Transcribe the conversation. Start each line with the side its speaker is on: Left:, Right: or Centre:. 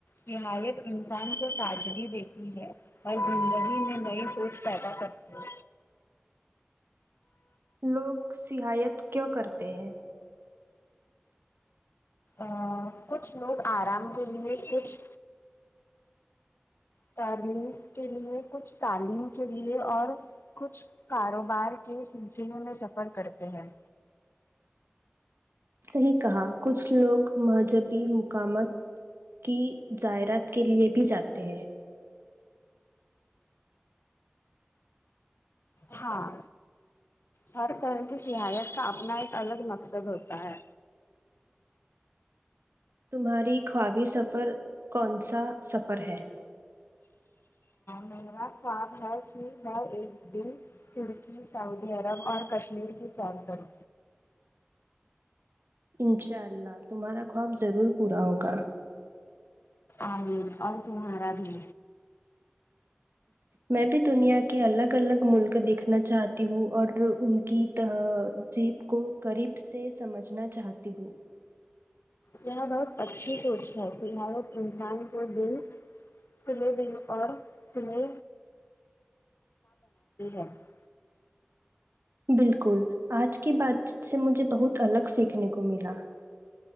Left: نہایت انسان کو تاجگی دیتی ہے ہر زندگی میں نئی سوچ پیدا کرتی ہیں
Right: لوگ صہایت کیوں کرتے ہیں
Left: ا کچھ لوگ آرام کے لیے کچھ ترمیز کے لیے کچھ تعلیم کے لیے اور کچھ کاروبار کے سلسلے میں سفر کرتے ہیں
Right: صحیح کہا کچھ لوگ مہذبی مقامات کی زائرات کے لیے بھی جاتے ہیں
Left: ہاں ہر طرح کی سیاحیت کا اپنا ایک الگ مقصد ہوتا ہے
Right: تمہاری خوابی سفر کون سا سفر ہے
Left: میرا خواب ہے کہ میں ایک دن ترکی سعودی عرب اور کشمیر کے سیر کرو
Right: انشاء اللہ تمہارا خواب ضرور پورا ہوگا
Left: امین اور تہارا بھی
Right: میں بھی دنیا کے الگ الگ ملک دیکھنا چاہتی ہوں اور ان کی تہذیب کو قریب سے سمجھنا چاہتی ہوں
Left: یہ بہت اچھی سوچ ہے فل حال اب انسان کو دل کھلے دل اور کھلے <unintelligible>
Right: بالکل آج کی بات چیت سے مجھے بہت الگ سیکھنے کو ملا